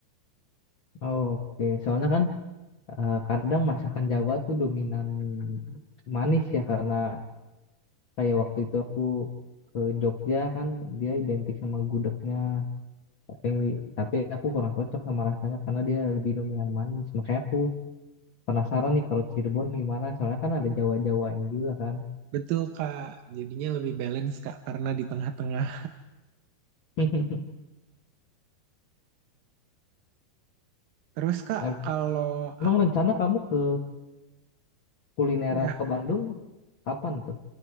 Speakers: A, on the left; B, on the right.
A: Oke, soalnya kan eh, kadang masakan Jawa tuh dominan manis ya karena kayak waktu itu aku ke Jogja kan dia identik sama gudegnya. tapi tapi aku kurang cocok sama rasanya karena dia lebih dominan manis makanya aku penasaran nih kalau Cirebon gimana soalnya kan ada Jawa-Jawanya juga kan
B: Betul, Kak. Jadinya lebih balance, Kak, karena di tengah-tengah.
A: <laughs>
B: Terus, Kak,
A: Em-
B: kalau
A: emang rencana kamu ke kuliner
B: aku ya
A: ke Bandung kapan tuh